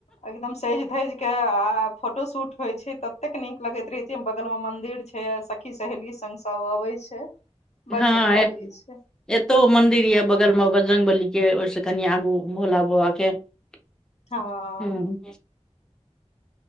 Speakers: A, on the left; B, in the centre.
A: एकदम सैज धैज केँ आ फोटो शूट होय छै ततेक नीक लगैत रहे छै बगल में मंदिर छै सखी सहेली संग सब अबे छै <inaudible>
B: हँ ए
A: लागै छै
B: <inaudible> एतौ मंन्दिर यऽ बगल म बजरंगबली केँ ओइस कनि आगू भोला बाबा केँ <inaudible>
A: हँ
B: हु